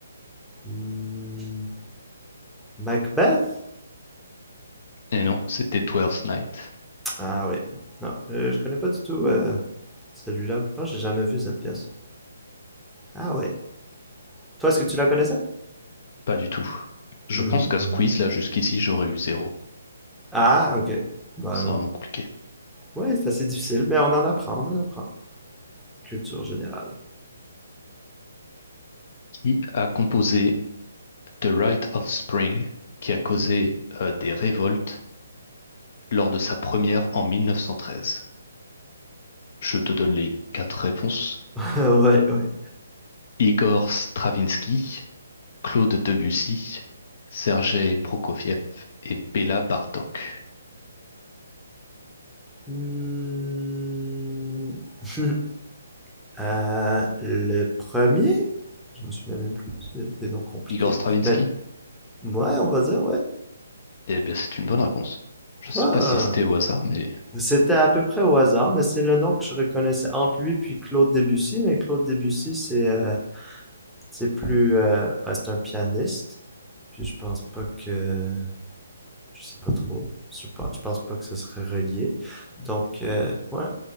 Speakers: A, in the centre; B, on the left.
A: Hmm, Macbeth?
B: Et non, c'était Twelfth Night.
A: Ah oui. Non, je, je connais pas du tout euh, celui-là. Je pense que j'ai jamais vu cette pièce. Ah oui. Toi, est-ce que tu la connaissais?
B: Pas du tout. Je
A: Mhm,
B: pense qu'à
A: mhm.
B: ce quiz, là, jusqu'ici, j'aurais eu zéro.
A: Ah, ok. Bah
B: C'est
A: non.
B: vraiment compliqué.
A: Ouais, c'est assez difficile, mais on en apprend, on en apprend. Culture générale.
B: Qui a composé The Rite of Spring, qui a causé euh, des révoltes lors de sa première en 1913? Je te donne les quatre réponses.
A: <laughs> Ouais, ouais.
B: Igor Stravinsky, Claude Debussy, Sergei Prokofiev et Béla Bartok.
A: Hmm. <laughs> Euh, le premier? Je me souviens même plus. C'est des noms compliqués.
B: Igor Stravinsky?
A: Mais ouais, on va dire, ouais.
B: Eh bien, c'est une bonne réponse. Je sais
A: Ah!
B: pas si c'était au hasard, mais...
A: C'était à peu près au hasard, mais c'est le nom que je reconnaissais entre lui puis Claude Debussy. Mais Claude Debussy, c'est euh, c'est plus... euh, ben, c'est un pianiste. Puis je pense pas que... Je sais pas trop. Je pense, je pense pas que ce serait relié. Donc, euh, ouais.